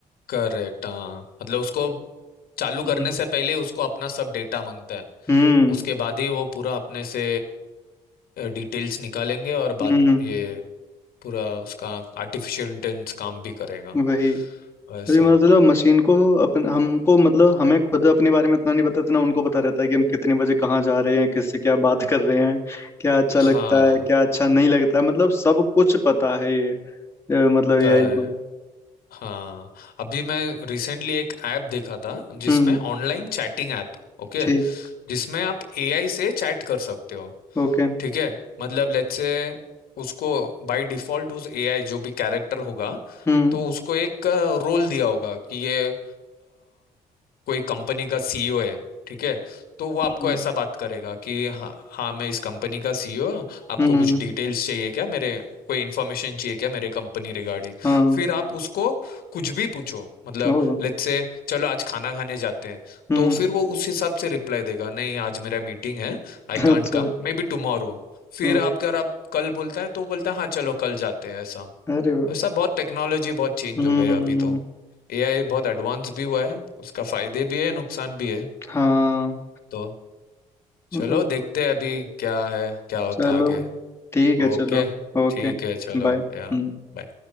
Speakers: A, on the left; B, on the left.
A: करेक्ट हाँ मतलब उसको चालू करने
B: हम्म
A: से पहले उसको अपना सब डेटा मांगता है
B: हम्म
A: उसके बाद ही वो पूरा अपने से डिटेल्स निकालेंगे और
B: हम्म,
A: बाद ये पूरा उसका आर्टिफिशियल इंटेलिजेंस काम भी करेगा
B: वही
A: वैसा
B: अभी मतलब मशीन को अपन हमको मतलब हमें खुद अपने बारे में इतना नहीं पता इतना उनको पता रहता है कि हम कितने बजे कहाँ जा रहे हैं किससे क्या बात कर रहे हैं क्या अच्छा
A: हाँ
B: लगता है क्या अच्छा नहीं लगता है मतलब सब कुछ पता है ये अ, मतलब एआई
A: कर
B: को
A: हाँ अभी मैं रिसेंटली एक ऐप देखा था जिसमें
B: हम्म
A: ऑनलाइन चैटिंग ऐप ओके
B: ठीक
A: जिसमें आप एआई से चैट कर सकते हो
B: ओके
A: ठीक है मतलब लेट्स से उसको बाय डिफॉल्ट उस एआई जो भी कैरेक्टर होगा
B: हम्म
A: तो उसको एक रोल दिया होगा कि ये अ, कोई कंपनी का सीईओ है ठीक है तो वो आपको
B: हम्म
A: ऐसा बात करेगा कि हाँ हाँ मैं इस कंपनी का सीईओ आपको
B: हम्म
A: कुछ डिटेल्स चाहिए क्या मेरे कोई इन्फॉर्मेशन चाहिए क्या मेरे कंपनी रिगार्डिंग
B: हाँ
A: फिर आप उसको कुछ भी पूछो मतलब
B: ओ
A: लेट्स से चलो आज खाना खाने जाते हैं
B: हम्म
A: तो फिर वो उस हिसाब से रिप्लाई देगा नहीं आज मेरा मीटिंग है I
B: <laughs> अच्छा
A: can't come maybe tomorrow फिर
B: ओ
A: आप अगर आप कल बोलता है तो वो बोलता है हाँ चलो कल जाते हैं ऐसा
B: अरे वाह
A: वैसा बहुत टेक्नोलॉजी बहुत चेंज
B: हम्म
A: हो गई है अभी तो एआई बहुत एडवांस भी हुआ है उसका फायदे भी है नुकसान भी है
B: हाँ
A: तो चलो
B: मतलब
A: देखते हैं अभी क्या है क्या होता
B: चलो
A: है आगे
B: ठीक है
A: ओके
B: चलो ओके
A: ठीक है चलो
B: बाय हम्म
A: या बाय।